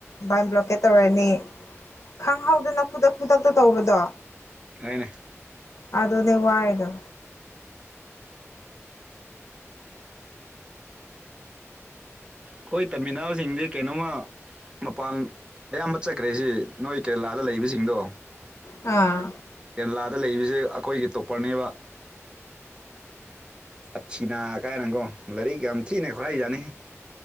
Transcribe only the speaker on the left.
ꯕꯥꯟ ꯕ꯭ꯂꯣꯀꯦꯠ ꯇꯧꯔꯅꯤ ꯈꯪꯍꯧꯗꯅ ꯈꯨꯗꯛ ꯈꯨꯗꯛꯇ ꯇꯧꯕꯗꯣ
ꯑ ꯑꯗꯨꯅꯦ ꯋꯥꯏꯗ
ꯑꯥ